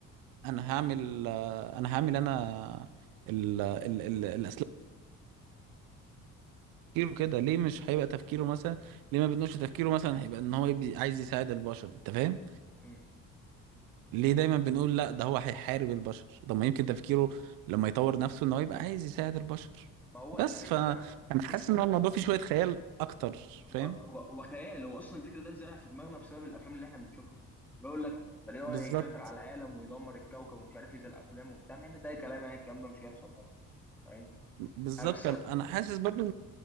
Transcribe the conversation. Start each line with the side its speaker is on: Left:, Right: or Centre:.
Right: انا هعمل آه، انا هعمل انا ال... ال... ال... الاسلاك تفكيره كده ليه مش هيبقى تفكيره مثلا ليه ما بنقولش تفكيره مثلا هيبقى ان هو يبي... عايز يساعد البشر انت فاهم
Centre: مم.
Right: ليه دايما بنقول لا ده هو هيحارب البشر طب ما يمكن تفكيره لما يطور نفسه ان هو يبقى عايز يساعد البشر
Centre: ما هو
Right: بس
Centre: الفكر
Right: فانا
Centre: ده
Right: حاسس
Centre: بص
Right: ان هو الموضوع فيه شوية خيال اكتر
Centre: هو
Right: فاهم
Centre: هو هو خيال هو اصلا الفكر ده اتزرع في دماغنا بسبب الافلام اللي احنا بنشوفها اللي هو يقول لك ده ليه هو
Right: بالظبط
Centre: هيسيطر على العالم ويدمر الكوكب ومش عارف ايه زي الافلام وبتاع مع ان ده أي كلام يعني الكلام ده مش هيحصل طبعا فاهم
Right: بالظبط
Centre: آه، بس
Right: انا
Centre: أنا-
Right: أنا حاسس برضو